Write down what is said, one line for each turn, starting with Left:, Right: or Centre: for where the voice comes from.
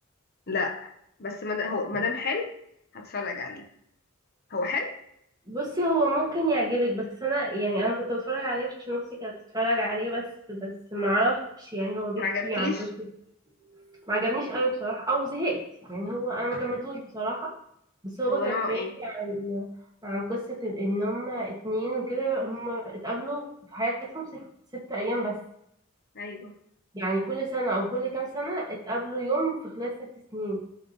Left: لا بس ما هو ما دام حلو هتفرج عليه هو حلو
Right: بصي هو ممكن يعجبك بس انا يعني انا كنت بتفرج عليه عشان اختي كانت بتتفرج عليه بس بس معرفش يعني هو بيحكي
Left: ما عجبكيش
Right: عن قصة ما عجبنيش قوي بصراحة او زهقت يعني هو انا ما كملتوش بصراحة بس هو
Left: هو
Right: كان
Left: نوعه
Right: بيحكي
Left: ايه
Right: عن عن قصة إن هما اتنين وكده هما اتقابلوا في حياتهم ست, ست أيام بس
Left: ايوه
Right: يعني كل سنة أو كل كام سنة اتقابلوا يوم في خلال ست سنين